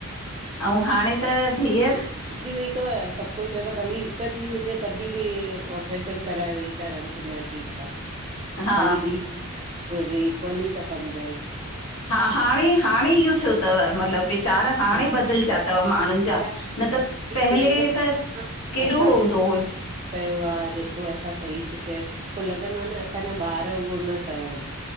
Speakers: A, on the left; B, on the right.
A: अउ हाणे त धीअर
B: धी हुई तव सभु कोई चंवदो आ भली हिकु धीअ हुजे तॾहिं बि औ ऑपरेशन कराए वेइ ता रहनि न ठीकु आ,
A: हा
B: भलीे धीउ पतो हुजे इक्वली ता समझनु
A: हा हाणे, हाणे इयो थियो तव मतलबु विचार हाणे
B: हा
A: बदिलजिया तव माण्हुनि जा
B: छा
A: न त
B: आहे
A: पहले
B: जेको
A: त केॾो
B: असां
A: हो हूंदो
B: जेको
A: हो
B: कयो आ जेको असां सही चुकिया यूं पो लॻंदो आन असांजा ॿार उह न सहन